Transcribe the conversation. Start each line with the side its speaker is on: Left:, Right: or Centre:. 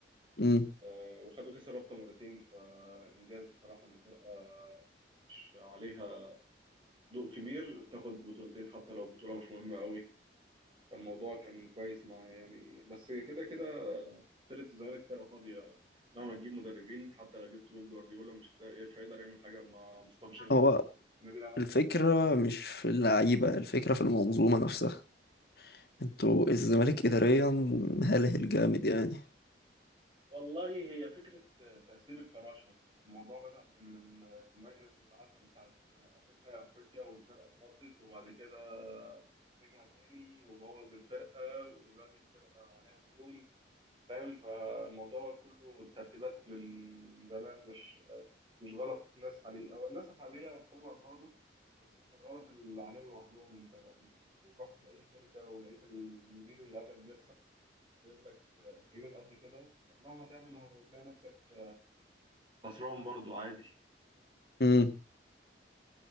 Left: مم.
Right: آه، وخدوا كأس الرابطة مرتين فإنجاز بصراحة إن فرقة مش عليها ضوء كبير تاخد بطولتين حتى لو بطولة مش مهمة قوي الموضوع كان كويس مع يعني بس كده كده فرقة الزمالك فرقة فاضية مهما تجيب مدربين حتى لو جبت بيب جوارديولا مش هت- مش هيقدر يعمل حاجة مع مصطفى شلبي
Left: هو
Right: ونبيل عماد
Left: الفكرة
Right: بكر
Left: مش في اللعيبة الفكرة في المنظومة نفسها انتوا الزمالك إداريا هلهل جامد يعني
Right: والله هي فكرة تأثير الفراشة الموضوع بدأ من من مجلس اتعزل من ساعة قبل نهائي أفريقيا والفرقة اتفضت وبعد كده رجع تاني وبوظ الفرقة ودلوقتي الفرقة عليها ديون فاهم فالموضوع كله ترتيبات من زمان مش مش غلط الناس حاليا او الناس الحاليه بتغلط برضه بس مش الغلط اللي عليهم لوحدهم انت لو رحت لاي شركه ولقيت المدير اللي قبلك بيخسر جايب لك ديون قد كده مهما تعمل هتلاقي نفسك خسران برضو عادي
Left: مم.